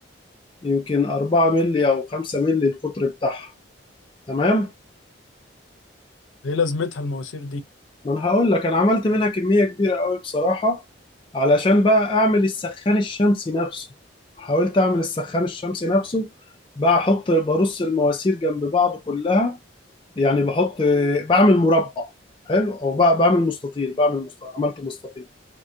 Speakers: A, on the left; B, on the left.
A: يمكن 4 مللي او 5 مللي القطر بتاعها تمام
B: إيه لازمتها المواسير دي؟
A: ما انا هقول لك انا عملت منها كميه كبيره قوي بصراحه علشان بقى اعمل السخان الشمسي نفسه حاولت اعمل السخان الشمسي نفسه بقى احط برص المواسير جنب بعض كلها يعني بحط بعمل مربع حلو او بقى بعمل مستطيل بعمل مستطيل عملته مستطيل